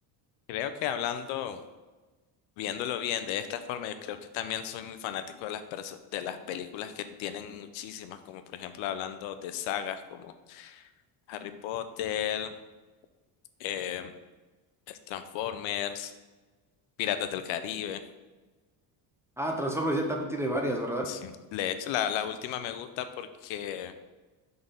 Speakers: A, on the left (about 75°); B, in the centre.
A: Creo que hablando, viéndolo bien de esta forma, yo creo que también soy muy fanático de las perso- de las películas que tienen muchísimas, como por ejemplo hablando de sagas como Harry Potter. eh, el Transformers, Piratas del Caribe.
B: Ah, Transformers ya también tiene varias, ¿verdad?
A: Sí. De hecho, la, la última me gusta porque